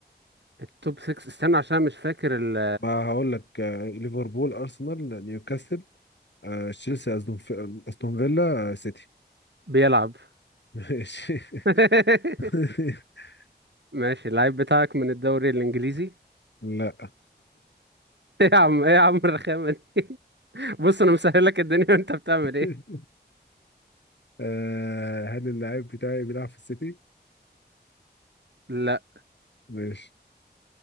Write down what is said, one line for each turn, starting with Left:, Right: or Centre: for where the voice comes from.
Right: التوب 6 استنى عشان مش فاكر ال...
Left: بقى هقول لك آه ليفربول ارسنال نيوكاسل آه تشيلسي استون في- أستون فيلا آه سيتي
Right: بيلعب
Left: ماشي
Right: <laughs>
Left: <laughs>
Right: ماشي اللعيب بتاعك من الدوري الانجليزي <laughs>
Left: لا
Right: ايه يا عم ايه يا عم الرخامه دي بص انا مسهل لك الدنيا <laughs> وانت بتعمل
Left: <laughs>
Right: ايه
Left: آه هل اللاعب بتاعي بيلعب في السيتي؟
Right: لا
Left: ماشي